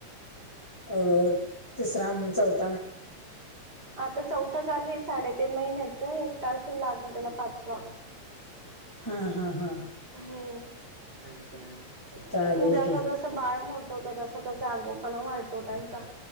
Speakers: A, in the centre; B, on the right.
A: अं... तिसरा अम चौथ
B: आता चौथा चालू आहे, साडेतीन महिन्याच एक तारखेला लागल त्याला पाचवा,
A: हा हा हा
B: हम् अब ब
A: चालेल
B: जसा
A: की
B: जस जसं बाळ मोठ होतं तसं -तसं आगोपणा वाढतो त्यांचा,